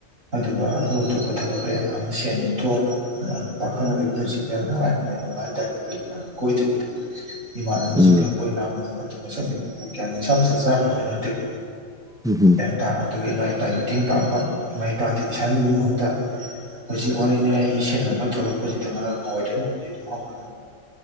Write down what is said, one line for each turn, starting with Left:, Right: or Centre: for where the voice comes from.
Right: ꯑꯗꯨꯒ ꯑꯇꯣꯞ ꯑꯇꯣꯞꯄ ꯊꯕꯛ ꯀꯌꯥ ꯑꯃ ꯁꯦꯟ ꯊꯣꯛꯑꯒ ꯄꯥꯈꯪ ꯑꯣꯏꯕꯩ ꯄꯨꯟꯁꯤꯗ ꯅꯨꯡꯉꯥꯏꯅ ꯂꯩꯕ ꯍꯥꯢꯇꯔꯦ ꯀꯣꯏꯗꯕꯤꯗ ꯏꯃꯥꯟꯅꯕꯁꯤꯡꯒ
Centre: ꯎꯝ
Right: ꯑꯩꯈꯣꯏ ꯑꯅꯥꯕꯅ ꯈꯣ ꯑꯗꯨꯅ ꯆꯠꯃꯤꯟꯅꯕꯌꯥꯅꯤꯁꯥ ꯃꯁꯥ ꯆꯥꯕꯤꯕ ꯅꯠꯇꯦꯀꯣ
Centre: ꯎꯝ ꯍꯨꯝ
Right: ꯥ ꯑꯗꯨꯒ ꯏꯃꯥ ꯏꯄꯥꯒꯤ ꯃꯇꯦꯡ ꯄꯥꯡꯕ ꯏꯃꯥ ꯏꯄꯥꯗꯨꯒꯤ ꯄꯩꯁꯥ ꯅꯤꯕꯒꯤ ꯃꯍꯨꯠꯇ ꯍꯧꯖꯤꯛ ꯋꯥꯔꯤꯅꯦ ꯑꯩ ꯁꯦꯟ ꯈꯔ ꯊꯣꯛꯂꯛꯄꯁꯤꯗ ꯃꯔ ꯋꯥꯔꯇꯦꯜꯗꯤ ꯑꯗꯨꯝ ꯍꯧꯔꯦ